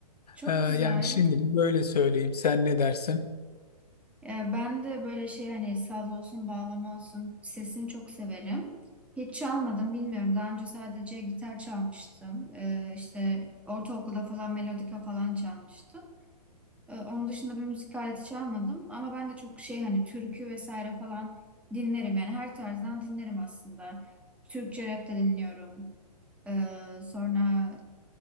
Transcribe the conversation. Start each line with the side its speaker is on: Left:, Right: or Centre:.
Centre: Çok
Left: E,
Centre: güzel.
Left: yani şimdilik böyle söyleyeyim. Sen ne dersin?
Centre: E, Ben de böyle şey hani saz olsun, bağlama olsun sesini çok severim. Hiç çalmadım bilmiyorum. Daha önce sadece gitar çalmıştım. E, işte ortaokulda falan melodika falan çalmıştım. E, onun dışında bir müzik aleti çalmadım. Ama ben de çok şey hani türkü vesaire falan dinlerim. Yani her tarzdan dinlerim aslında. Türkçe rap de dinliyorum. E, sonra